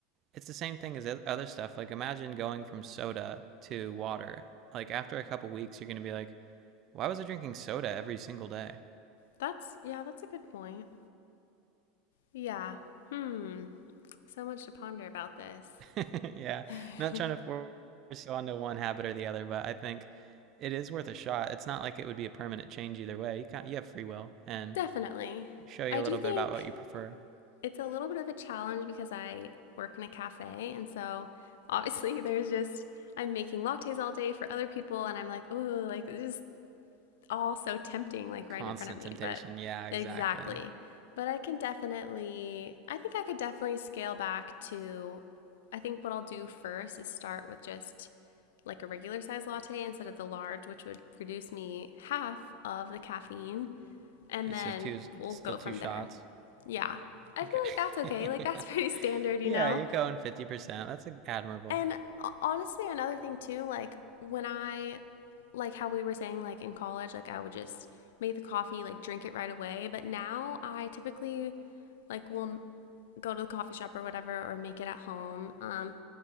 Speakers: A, on the right; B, on the left.
A: it's the same thing as other stuff. Like imagine going from soda to water. Like after a couple weeks, you're gonna be like, why was I drinking soda every single day?
B: That's, yeah, that's a good point. Yeah. Hmm. So much to ponder about this.
A: <laughs> yeah,
B: <laughs>
A: not trying to force you onto one habit or the other, but I think it is worth a shot. It's not like it would be a permanent change either way. You can you have free will and
B: Definitely.
A: show you
B: I do
A: a little
B: think
A: bit about what you prefer.
B: it's a little bit of a challenge because I work in a cafe, and so obviously <laughs> there's just, I'm making lattes all day for other people, and I'm like, oh, like, just all so tempting, like
A: Constant
B: right in front of me,
A: temptation.
B: but
A: Yeah, exactly.
B: exactly. But I can definitely, I think I could definitely scale back to, I think what I'll do first is start with just like a regular size latte instead of the large, which would reduce me half of the caffeine. And
A: Okay,
B: then
A: so two
B: we'll
A: still
B: go
A: two
B: from
A: shots.
B: there. Yeah. I
A: Okay.
B: feel like that's okay. Like, that's <laughs> pretty
A: <laughs>
B: standard, you
A: yeah,
B: know?
A: you're going 50%. That's admirable.
B: And honestly, another thing too, like, when I like how we were saying like in college like I would just make the coffee like drink it right away, but now I typically like will go to the coffee shop or whatever or make it at home. Um